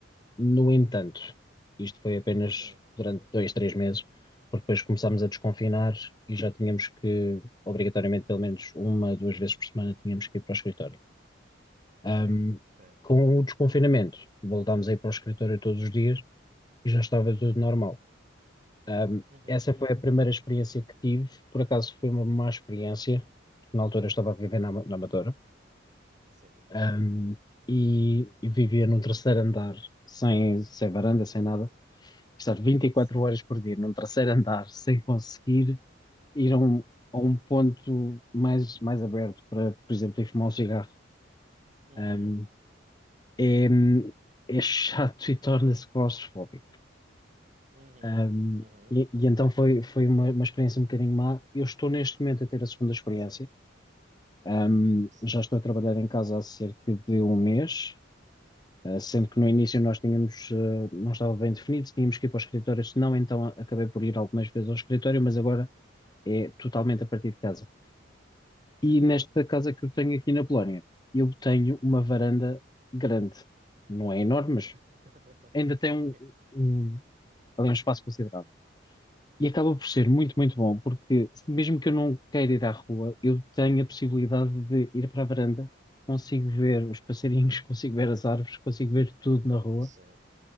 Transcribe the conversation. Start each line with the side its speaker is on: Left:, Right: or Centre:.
Left: No entanto, isto foi apenas
Right: Sim,
Left: durante dois, três meses, porque depois começámos a desconfinar e já tínhamos que, obrigatoriamente, pelo menos uma, duas vezes por semana, tínhamos que ir para o escritório. Ahm,
Right: sim, sim.
Left: com o desconfinamento, voltámos a ir para o escritório todos os dias e já estava tudo normal. Ahm,
Right: Uhum.
Left: essa foi a primeira experiência que tive, por acaso foi uma má experiência, na altura eu estava a viver na, Ama- na Amadora,
Right: Sim,
Left: Ahm, e, e vivia num terceiro andar, sem, sem varanda, sem nada estar 24
Right: <laughs> sim.
Left: horas por dia num terceiro andar sem conseguir ir a um, a um ponto mais, mais aberto para, por exemplo, ir fumar um cigarro,
Right: Uhum.
Left: um, é, é chato e torna-se claustrofóbico.
Right: Uhum.
Left: Um,
Right: Uhum.
Left: e, e então foi, foi uma, uma experiência um bocadinho má. Eu estou neste momento a ter a segunda experiência.
Right: Sim,
Left: Um,
Right: sim.
Left: já estou a trabalhar em casa há cerca de um mês. Uh, sendo que
Right: Yeah.
Left: no início nós tínhamos, uh, não estava bem definido se tínhamos que ir para o escritório, se não, então a- acabei por ir algumas vezes ao escritório, mas agora é totalmente a partir de casa. E
Right: Sim.
Left: nesta casa que eu tenho aqui na Polónia, eu tenho uma varanda grande. Não é enorme, mas
Right: <laughs>
Left: ainda
Right: Sim,
Left: tem um, um, ali um espaço considerável. E acaba por
Right: sim,
Left: ser muito, muito bom, porque se- mesmo que eu não queira ir à rua, eu tenho a possibilidade de ir para a varanda, consigo ver os passarinhos, <laughs> consigo ver as árvores, consigo ver tudo na rua.
Right: sim.